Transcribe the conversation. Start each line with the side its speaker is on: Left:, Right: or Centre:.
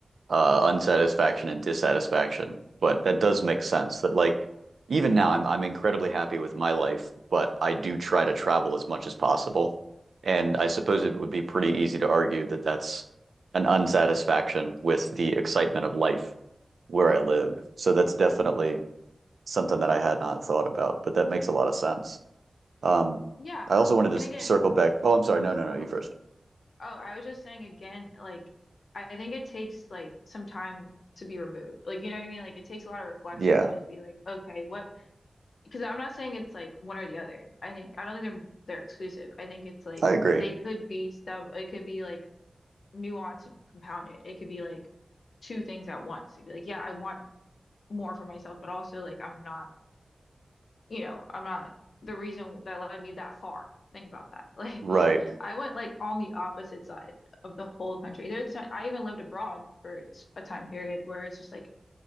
Right: uh, unsatisfaction and dissatisfaction. But that does make sense that like even now I'm I'm incredibly happy with my life, but I do try to travel as much as possible. And I suppose it would be pretty easy to argue that that's an unsatisfaction with the excitement of life where I live. So that's definitely something that I had not thought about, but that makes a lot of sense. Um,
Left: Yeah.
Right: I also wanted to
Left: And
Right: s-
Left: again,
Right: circle back. Oh, I'm sorry. No, no, no. You
Left: oh,
Right: first.
Left: Oh, I was just saying again, like I think it takes like some time to be removed. Like you know what I mean? Like it takes a lot of reflection
Right: Yeah,
Left: to just be like, okay, what? Because I'm not saying it's like one or the other. I think I don't think they're they're exclusive. I think it's like
Right: I agree.
Left: they could be sub. It could be like nuanced and compounded. It could be like two things at once. It'd be like, yeah, I want more for myself, but also like I'm not you know, I'm not the reason that led me that far. Think about that. <laughs> Like,
Right: Right.
Left: I went like on the opposite side of the whole country. There's, I even lived abroad for a time period where it's just like,